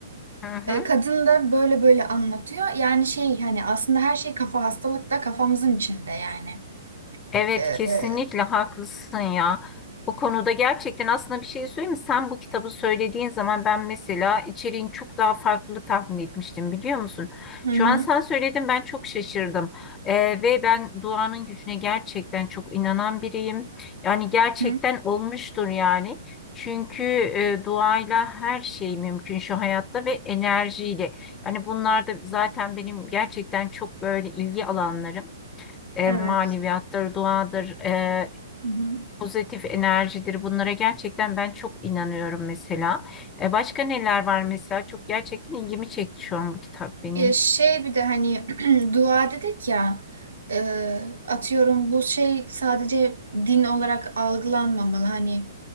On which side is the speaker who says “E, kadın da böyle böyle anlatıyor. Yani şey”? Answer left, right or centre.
Right